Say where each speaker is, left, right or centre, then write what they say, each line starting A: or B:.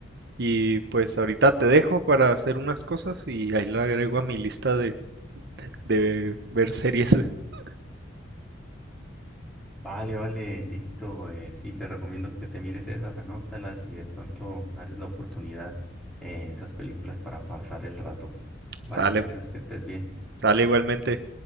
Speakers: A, on the right; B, in the centre.
A: y pues ahorita te dejo para hacer unas cosas y ahí la agrego a mi lista de, de ver series. <laughs>
B: Vale, vale, listo. eh, sí, te recomiendo que te mires esas, anótalas y de pronto darles la oportunidad eh, esas películas para pasar el rato.
A: Sale,
B: Vale, entonces que estés bien.
A: sale igualmente.